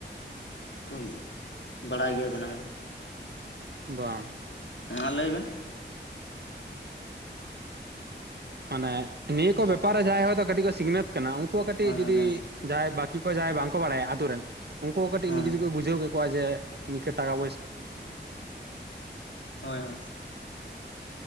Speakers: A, on the left; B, on the right.
A: ᱛᱚ ᱵᱟᱲᱟᱭ ᱜᱮᱭᱟ ᱵᱮᱱ ᱟᱵᱮᱱ
B: ᱵᱟᱝ
A: ᱦᱮᱸ ᱞᱟᱹᱭ ᱵᱮᱱ
B: ᱢᱟᱱᱮ ᱱᱤᱭᱟᱹ ᱠᱚ ᱵᱮᱯᱟᱨ ᱨᱮ ᱡᱟᱦᱟᱸᱭ ᱦᱚᱳᱭᱛᱳ ᱠᱟᱹᱴᱤᱡ ᱠᱚ ᱥᱤᱠᱷᱱᱟᱹᱛ ᱠᱟᱱᱟ ᱩᱱᱠᱩ ᱠᱟᱹᱴᱤᱡ
A: ᱦᱳᱭ
B: ᱡᱩᱫᱤ
A: ᱦᱳᱭ ᱞᱟᱹᱭ ᱵᱮᱱ
B: ᱡᱟᱦᱟᱸᱭ ᱵᱟᱹᱠᱤ ᱠᱚ ᱡᱟᱦᱟᱸᱭ ᱵᱟᱝᱠᱚ ᱵᱟᱲᱟᱭᱟ ᱟᱛᱳ ᱨᱮᱱ ᱩᱱᱠᱩ ᱠᱟᱹᱴᱤᱡ
A: ᱦᱮᱸ
B: ᱱᱤᱡᱮ ᱛᱮᱠᱚ ᱵᱩᱡᱟᱹᱣ ᱠᱮ ᱠᱚᱣᱟ ᱡᱮ ᱱᱤᱝᱠᱟᱹ ᱴᱟᱠᱟ ᱯᱚᱭᱥᱟ᱾
A: ᱦᱳᱭ ᱦᱳᱭ